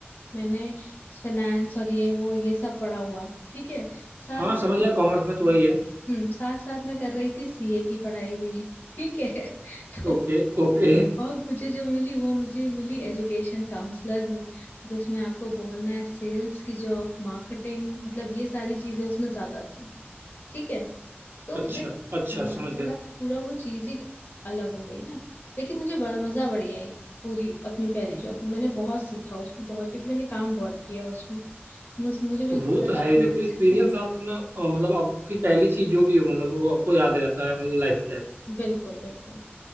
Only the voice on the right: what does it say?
हाँ
समझ गया कॉमर्स में तो वही है
Okay okay
अच्छा अच्छा
समझ
गया
वो
तो है ही
देखो एक्सपीरियंस
आप ना अ, मतलब आपकी पहली चीज जो भी हो मतलब वो आपको याद रहता है मतलब लाइफ टाइम